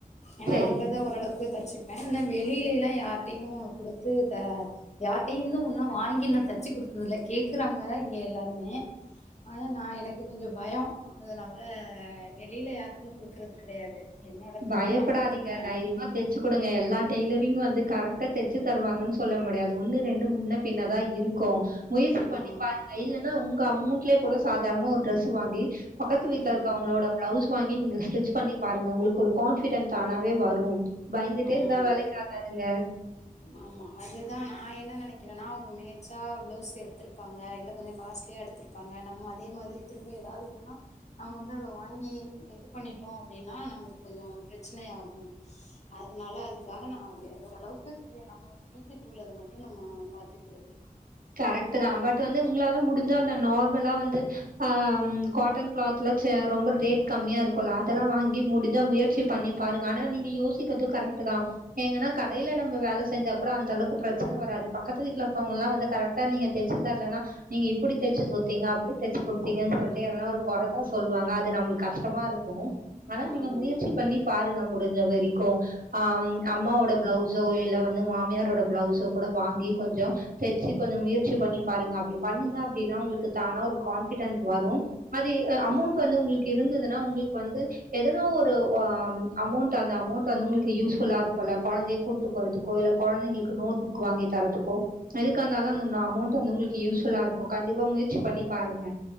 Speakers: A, on the left; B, on the right.
A: ஏனா
B: சரி.
A: உள்ளத ஓரளவுக்கு தச்சி ப்ப இன்னு வெளியிலேல்லா யார்ட்டையு குடுத்து த யார்ட்டையிந்து உன்னு வாங்கி இனு தச்சு குடுத்தது இல்ல கேக்குறாங்க இங்க எல்லாருமே ஆனா நா எனக் க்கு கொஞ்சோ பயோ அதனால வெளியில யாருக்கு குடுக்கறது கெடையாது என்னோடது மட்டு
B: பயப்படாதீங்க.
A: நா பாத்துப்ப
B: தைரியமா தெச்சு குடுங்க எல்லா டெய்லரிங் வந்து கரெக்டா தச்சு தருவாங்கன்னு சொல்ல முடியாது ஒண்ணு ரெண்டு முன்ன பின்ன தா இருக் கு முயற்சி
A: ஆமா
B: பண்ணி பாருங்க இல்லன்னா உங்க அமொண்ட்லே கூட சாதாரமா ஒரு டிரெஸ் வாங்கி பக்கத்து வீட்ல
A: ம்
B: இருக்கவங்களோட பிளவுஸ் வாங்கி நீங்க ஸ்டிச் பண்ண பாருங்க உங்களுக்கு ஒரு கான்பிடன் தானாவே வரு பயந்துட்டே
A: ஆ
B: இருந்தா வேலைக்காகாதுங்க
A: ஆமா அதே தா நா என்ன நெனைக்கறனா அவுங்க பேச்சா பிளவுஸ் எடுத்துவரும் நாங்க இல்ல கொஞ்சோ காஸ்ட்லியா எடுத் திருப்பாங்க நம்ம அதே மாதிரி திரும்ப எதாவது ஒன்னுன்னா நம்ம வந்து அத வாங்கி இது பண்ணிட்டோ அப்டின்னா நம்மளுக்கு கொஞ்சோ பிரச்சனை ஆகு அதனால அதுக்காக நா எ ஓரளவுக்கு இதுவே நம்மளுக்கு வீட்டுக்கு உள்ளத மட்டு நம்ம பாத்துக்கிறது
B: கரெக்ட்டு தா பட் வந்து உங்களால முடிஞ்சா அந்த நார்மலா வந்து ஆ காட்டன் கிளாத்லா ரொம்ப ரேட் கம்மியா இருக்குல்ல அதெல்லா வாங்கி முடிஞ்சா முயற்சி பண்ணி பாருங்க ஆனா நீங்க யோசிக்கது கரெக்ட்டு தா எங்கன்னா கடையில நம்ம வேல செஞ்சா கூட அந்த அளவுக்கு பிரச்சன வராது பக்கத்து வீட்ல இருக்கோவ்ங்கலா வந்து கரெக்டா நீங்க் தெச்சு தரலன்னா நீங்க இப்படி தைச்சு கொத்தீங்க அப்படி தைச்சு குடுத்தீங்கன்னு சொல்ட்டு எதனா ஒரு குறதா சொல்வாங்க அது நம்பளுக்கு கஷ்டமா இருக் கு ஆனா நீங்க
A: ஆமா
B: முயற்சி பண்ணி பாருங்க முடிஞ்ச வரைக்கு ஆ ம் அம்மாவோட பிளவுஸ் சோ இல்ல வந்து மாமியாரோட பிளவுஸோ கூட வாங்கி கொஞ்சோ தச் சி கொஞ்சோ முயற்சி பண்ணி பாருங்க அப்டி பண்ணீங்க அப்டின்னா உங்களுக்கு தானா ஒரு கான்ஃபிடென்ட் வரு அது
A: கண்டிப்பா
B: அமொண்ட் வந்து உங்களுக்கு இருந்ததுன்னா உங்களுக்கு வந்து எதுனா ஒரு ஒ ஆ ம் அமௌண்ட் அந்த அமௌண்ட் வந்து உங்களுக்கு யூஸ்ஃபுல்லா இருக்குல்ல கொழந்தைய கூட்டு போறதுக்கோ இல்ல குழைங்களுக்கு நோட் புக் வாங்கி தரத்துக்கோ எதுக்காந்தாலு
A: ஆமா
B: அந்த நா அமௌண்ட் டு வந்து உங்களுக்கு யூஸ்ஃபுல்லா இருக்கு கண்டிப்பா முயற்சி பண்ணி பாருங்க